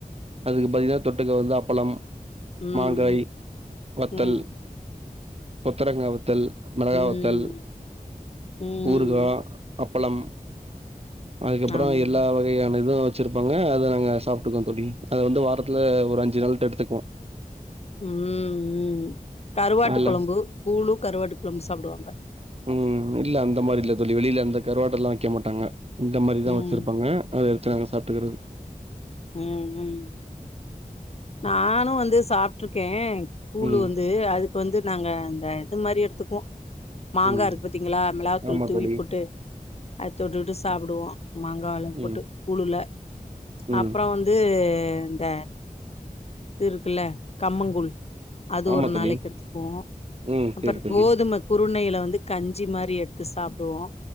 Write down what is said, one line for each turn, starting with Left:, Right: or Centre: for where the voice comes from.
Right: அதுக்கு பாத்தீங்கன்னா தொட்டுக்க வந்து அப்பளம்
Left: ம்
Right: மாங்காய் வத்தல்
Left: ம் ம்
Right: கொத்தரங்காவத்தல் மிளகாவத்தல்
Left: ம் ம்
Right: ஊர்கா அப்பளம் அதுக்கப்பறம்
Left: ஆமா
Right: எல்லா வகையானதும் வச்சிருப்பாங்க அத நாங்க சாப்பிட்டுக்கோம் தோழி அத வந்து வாரத்துல ஒரு அஞ்சு நாள் எடுத்துக்குவோம்
Left: உம் உம் கருவாட்டு
Right: அல்ல
Left: குழம்பு கூழு கருவாட்டு குழம்பு சாப்பிடுவாங்க
Right: உம் இல்ல அந்த மாரி இல்ல தோழி வெளியில அந்த கருவாடு எல்லாம் வக்க மாட்டாங்க இந்த மாரிதான்
Left: ம்
Right: வச்சிருப்பாங்க அ நாங்க சாப்பிட்டுக்கிறது
Left: உஹம் உம் நானும் வந்து சாப்பட்டுருக்கேன் கூழு
Right: ம்
Left: வந்து அதுக்கு வந்து நாங்க இந்த இது மாதிரி எடுத்து மாங்காய்
Right: ம்
Left: இருக்கு பாத்தீங்களா மிளாத்தூள்
Right: ஆமா
Left: தூவி
Right: தோழி
Left: போட்டு அத தொட்டுகிட்டு சாப்பிடுவோம் மாங்காய் எல்லாம் போட்டு
Right: ம்
Left: கூழுல
Right: ம்
Left: அப்பறம் வந்து இந்த இது இருக்குல்ல கம்மங்குழ் அது
Right: ஆமா
Left: ஒரு
Right: தோழி
Left: நாளைக்கு எடுத்துக்குவோம்
Right: ம்
Left: அப்புறம்
Right: சேரி தோழி
Left: கோதுமை குருணையில வந்து வந்து கஞ்சி மாரி எடுத்து சாப்பிடுவோம்